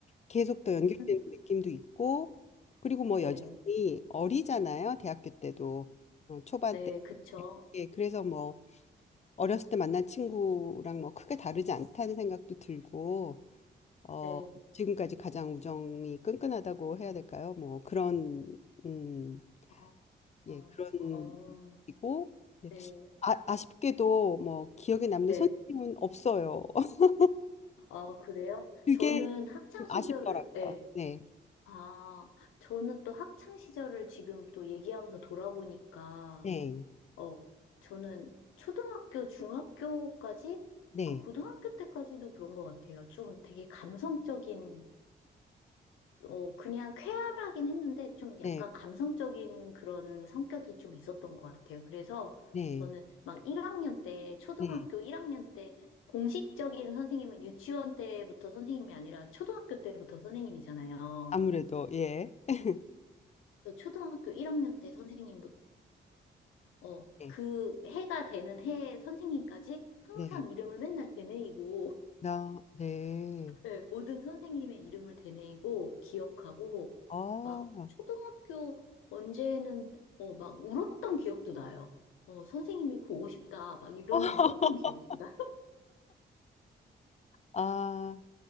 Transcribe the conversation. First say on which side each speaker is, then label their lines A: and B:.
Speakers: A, on the left (about 35°); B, on the left (about 85°).
A: 계속 더
B: 음.
A: 연결되는 느낌도 있고 그리고 뭐
B: 네,
A: 여전히 어리잖아요. 대학교 때도. 어, 초반
B: 네,
A: 때.
B: 그쵸.
A: 예, 그래서 뭐 어렸을 때 만난 친구랑 뭐 크게 다르지 않다는 생각도 들고 어,
B: 네,
A: 지금까지 가장 우정이 끈끈하다고 해야 될까요? 뭐 그런 음,
B: 어, 어,
A: 예, 그런
B: 어,
A: 이고 예.
B: 네,
A: 아, 아쉽게도 뭐 기억에 남는
B: 네.
A: 선생님은 없어요. <laughs>
B: 아, 그래요?
A: 그게
B: 저는 학창
A: 좀
B: 시절을,
A: 아쉽더라고요.
B: 네.
A: 네.
B: 아, 저는 또 학창 시절을 지금 또 얘기하면서 돌아보니까,
A: 네.
B: 어, 저는 초등학교, 중학교까지,
A: 네.
B: 한 고등학교 때까지도 그런 것 같아요. 좀 되게 감성적인, 어, 그냥 쾌활하긴 했는데, 좀 약간
A: 네.
B: 감성적인 그런 성격이 좀 있었던 것 같아요. 그래서
A: 네.
B: 저는 막 1학년 때, 초등학교
A: 네.
B: 1학년 때, 공식적인 선생님은 유치원 때부터 선생님이 아니라 초등학교 때부터 선생님이잖아요.
A: 아무래도 예. <laughs>
B: 저 초등학교 1학년 때 선생님부터 어,
A: 네.
B: 그 해가 되는 해 선생님까지 항상
A: 네.
B: 이름을 맨날 되뇌이고
A: 나 네.
B: <laughs> 예, 모든 선생님의 이름을 되뇌이고 기억하고
A: 아. 어.
B: 막 초등학교 언제는 어, 막 울었던 기억도 나요. 어, 선생님이 보고 싶다 막 이러면서
A: <laughs>
B: 울었던 기억도 나요.
A: 아.